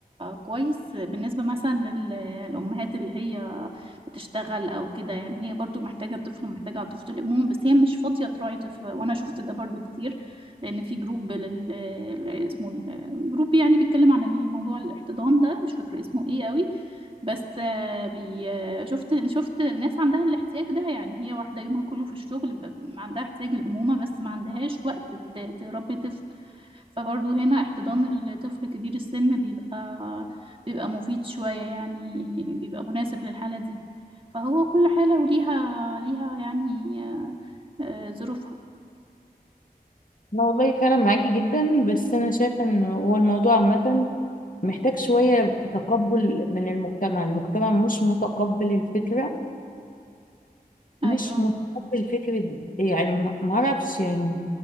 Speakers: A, on the right (about 35°); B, on the left (about 55°).
A: كويس بالنسبة مثلا لل- للأمهات اللي هي بتشتغل أو كده يعني هي برضو محتاجة طفل محتاجة طفل الأمومة بس هي مش فاضية تراعي طفل وأنا شفت ده برضو كتير لأن في جروب لل... اسمه ال- جروب يعني بيتكلم عن الموضوع الاحتضان ده مش فاكرة اسمه إيه قوي بس آه، بي آه، شفت شفت ناس عندها الاحتياج ده يعني هي واحدة يومها كله في الشغل ب- عندها احتياج الأمومة بس ما عندهاش وقت ت- تربي طفل فبرضه هنا احتضان الطفل كبير السن بيبقى بيبقى مفيد شوية يعني بيبقى مناسب للحالة دي فهو كل حالة وليها ليها يعني آه، ظروفها
B: انا والله فعلا معاكي جدا بس انا شايفه ان هو الموضوع عامه محتاج شويه تقبل من المجتمع المجتمع مش متقبل الفكره
A: أيوة
B: مش متقبل فكره يعني ما ما اعرفش يعني